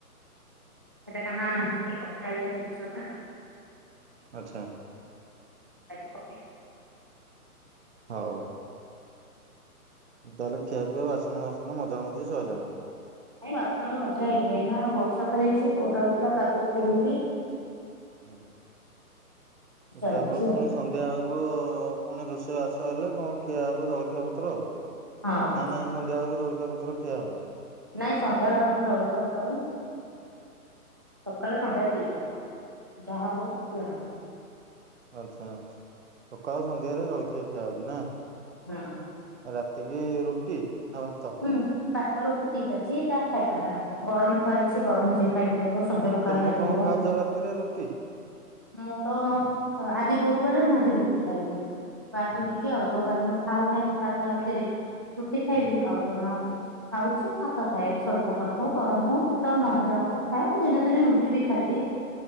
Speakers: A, on the right; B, on the right.
A: <inaudible> ସେଟା କାନା ଟିକେ କଟାଳିଆ ଜିନିଷ ନା।
B: ଆଚ୍ଛା।
A: <inaudible>
B: ହଉ। ତାହେଲେ ଖିଆ ପିଆ ବାସନ ଭାସନ ମଜା ମଜି ସଇଲାଣି।
A: ନାଇ ବାସ ମଜା ହେଇନି ଏଇନା ବର୍ଷା ତ ହେଇଛି ପୁଅ ଟା ଉଠିଲା ତାକୁ ଖୋଇବି।
B: ହୁଁ।
A: ଚାଲିଛି
B: ତାପର ପୁଣି
A: ଆଉ
B: ସନ୍ଧ୍ୟା ବେଳକୁ ପୁଣି ରୋଷେଇ ବାସ ହେଲେ କଣ ଖିଆ ହବ ଜଳଖିଆ ପତ୍ର ଆଉ।
A: ହଁ
B: ନା ନାଇଁ ସନ୍ଧ୍ୟା ବେଳକୁ ଜଳଖିଆ ପତ୍ର ଖିଆ ହଉନି?
A: ନାଇଁ ସନ୍ଧ୍ୟାବେଳୁ ଆମର ଜଳଖିଆ ପତ୍ର ସକାଳେ ସନ୍ଧ୍ୟାରେ ଦି ଟାଇମ ଯାହା ହଉ ସେଏ ହବ।
B: ଆଛା ସକାଳ ସନ୍ଧ୍ୟାରେ ଜଳଖିଆ ଖିଆ ହଉଛି ନା।
A: ହଁ
B: ଏତିକି ରୁଟି ନା ଭାତ।
A: ହୁଁ ଭାତ ରୁଟି ଦିଟା ଯିଏ ଯାହା ଖାଇ ପାରିଲା ଗରମ ଥୁଆ ହେଇଛି ଗରମ ହେଇଯିଏ ଖାଇ ଶଜ ପଖାଳ
B: ତମେ
A: ଖାଇପାରିବ।
B: କଣ ଖାଉଛ ରାତିରେ ରୁଟି
A: ମୋର ଆଜି ଗୁରୁବାର ମଝିରୁ ଖାଇକି ବାର
B: ହୁଁ
A: ନେଇକି ଆଉ ଯୋଉ ବାର ମୁଁ ଖାଉ ନାହିଁ ଭାତ ରାତିରେ ରୁଟି ଖାଇବି
B: ହୁଁ
A: ଆଉ ଖାଉଛି ଭାତ ଖାଏ ସଜ ପଖାଳ ହଉ ଗରମ ହଉ ଯେତେବେଳେ ମନ ଯାହା ହଉ ଖାଏ ଦିନେ ଦିନେ ରୁଟି ବି ଖାଇଦିଏ।